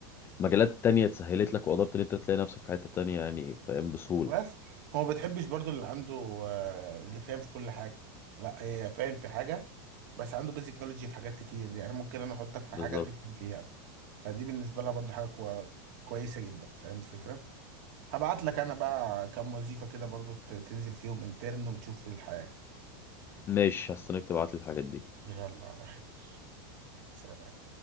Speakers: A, on the left (about 20°); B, on the right (about 55°).
A: المجالات تانية اتسهلت لك وقدرت ان انت تلاقي نفسك في حتة تانية يعني فاهم بسهولة
B: بس هو ما بتحبش برضو اللي عنده آه، اللي فاهم في كل حاجة لا هي فاهم في حاجة بس عنده بيزك نولوجي في حاجات كتير يعني ممكن انا احطك في
A: بالظبط
B: حاجة تفهم فيها فدي بالنسبة لها برضو حاجة كوا- كويسة جدا فاهم الفكرة هبعت لك انا بقى كام وظيفة كده برضو ت- تنزل فيهم انترن وتشوف الحياة
A: ماشي هستناك تبعت لي الحاجات دي
B: يلا على خير سلام